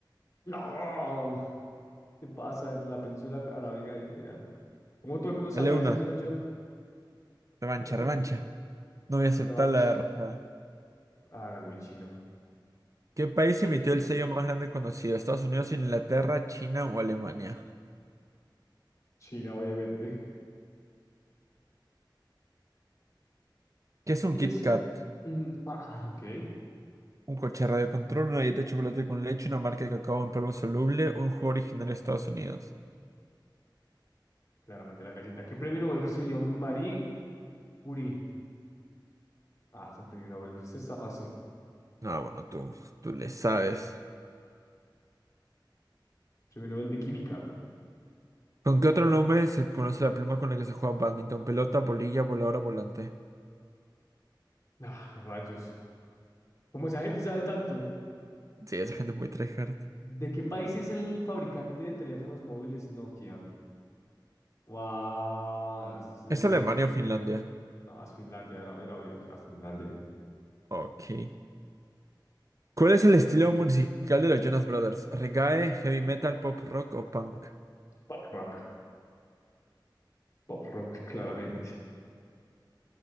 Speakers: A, on the left (about 40°); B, on the right (about 40°).
A: No. ¿Qué pasa entre la península arábiga y Irán? Como todo el mundo sabía
B: Dale una.
A: eso, menos yo.
B: Revancha,
A: <laughs> Como todo
B: revancha.
A: el mundo.
B: No voy a aceptar
A: Revancha.
B: la derrota.
A: Hágale, mi chino.
B: ¿Qué país
A: ¿qué-
B: emitió el sello más grande conocido? ¿Estados Unidos, Inglaterra, China o Alemania?
A: China, obviamente.
B: ¿Qué es un
A: ¿quién
B: Kit
A: es?
B: Kat?
A: Mm, ah, ok.
B: Un coche de radio una dieta de chocolate con leche, una marca de cacao en polvo soluble, un juego original de Estados Unidos.
A: Claramente la galleta. ¿Qué premio Nobel recibió Marie Curie? Ah, es el premio Nobel. Ese está fácil.
B: No, bueno, tú, tú le sabes.
A: Premio Nobel de Química.
B: ¿Con qué otro nombre se conoce la pluma con la que se juega bádminton? Pelota, bolilla, voladora, volante.
A: Ah, rayos. ¿Cómo esa gente sabe tanto?
B: Sí, esa gente es muy tryhard.
A: ¿De qué país es el fabricante de teléfonos móviles Nokia? Guau, es de
B: ¿Es Alemania
A: Fin-
B: o Finlandia?
A: no, es Finlandia. Era, era obvio que era Finlandia.
B: Ok. ¿Cuál es el estilo musical de los Jonas Brothers? ¿Reggae, heavy metal, pop rock o punk?
A: Pop rock. Pop rock, claramente.